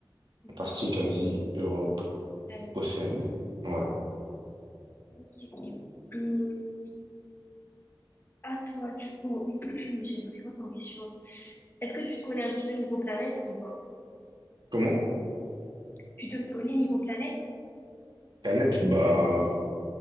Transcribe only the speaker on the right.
Antarctique, Asie, Europe,
Océanie. Ouais.
Comment?
Planète? Bah,